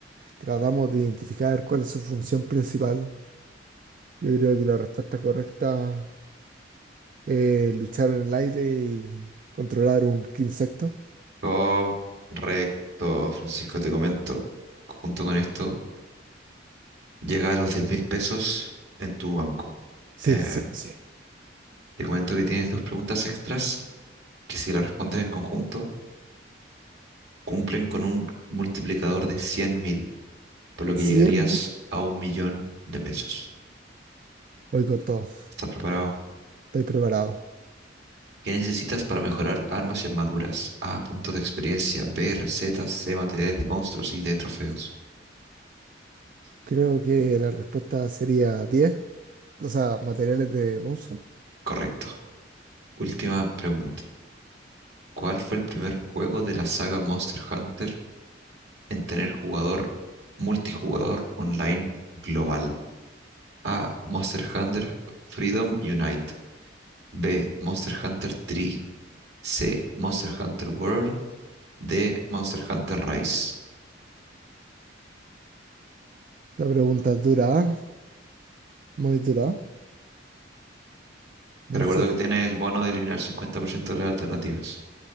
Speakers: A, on the right; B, on the right.
A: tratamos de identificar cuál es su función principal, yo creo que la respuesta correcta es luchar en el aire y controlar un insecto.
B: Correcto, Francisco, te comento. Junto con esto, llega a los diez mil pesos en tu banco.
A: Sí,
B: Eh,
A: sí, sí.
B: te comento que tienes dos preguntas extras que si las respondes en conjunto, cumplen con un multiplicador de cien mil, por lo
A: cien
B: que llegarías
A: es
B: a un millón de pesos.
A: voy con todo.
B: ¿Estás preparado?
A: Estoy preparado.
B: ¿Qué necesitas para mejorar armas y armaduras? A, puntos de experiencia. B, recetas. C, materiales de monstruos y D, trofeos.
A: Creo que la respuesta sería diez, O sea, materiales de Monster.
B: Correcto. Última pregunta. ¿Cuál fue el primer juego de la saga Monster Hunter en tener jugador multijugador online global? A, Monster Hunter Freedom Unite. B, Monster Hunter 3. C, Monster Hunter World. D, Monster Hunter Rise.
A: La pregunta es dura, ¿ah? muy dura. Monster,
B: Te recuerdo que tienes el bono de eliminar 50% de las alternativas.